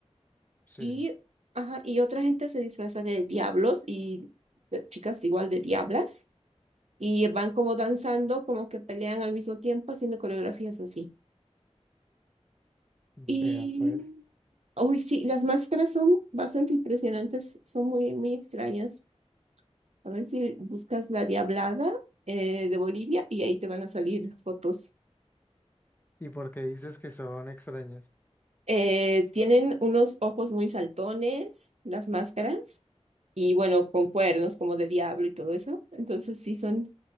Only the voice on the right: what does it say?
y, ajá, y otra gente se disfraza de diablos y de chicas igual de diablas, y van como danzando, como que pelean al mismo tiempo, haciendo coreografías así.
Y,
uy, sí, las máscaras son bastante impresionantes, son muy, muy extrañas. A ver si buscas la Diablada eh, de Bolivia y ahí te van a salir fotos.
Eh, tienen unos ojos muy saltones, las máscaras, y bueno, con cuernos como de diablo y todo eso. Entonces sí, son,